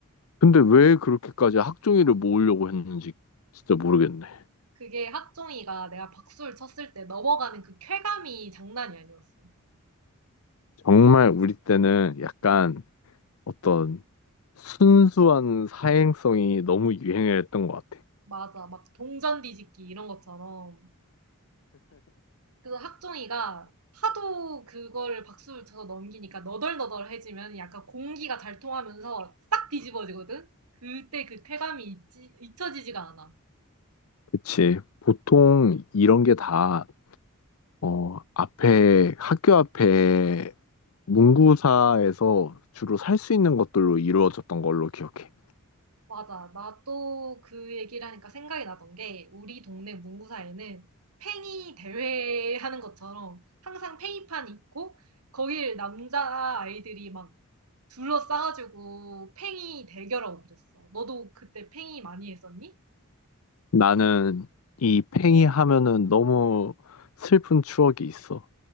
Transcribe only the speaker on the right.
그게 학종이가 내가 박수를 쳤을 때 넘어가는 그 쾌감이 장난이 아니었어.
맞아. 막 동전 뒤집기 이런 것처럼. 그래서 학종이가 하도 그걸 박수를 쳐서 넘기니까 너덜너덜해지면 약간 공기가 잘 통하면서 싹 뒤집어지거든? 그때 그 쾌감이 잊지, 잊혀지지가 않아.
맞아. 나 또 그 얘기를 하니까 생각이 나던 게 우리 동네 문구사에는 팽이 대회 하는 것처럼 항상 팽이판이 있고 거길 남자 아이들이 막 둘러싸가지고 팽이 대결하고 그랬어. 너도 그때 팽이 많이 했었니?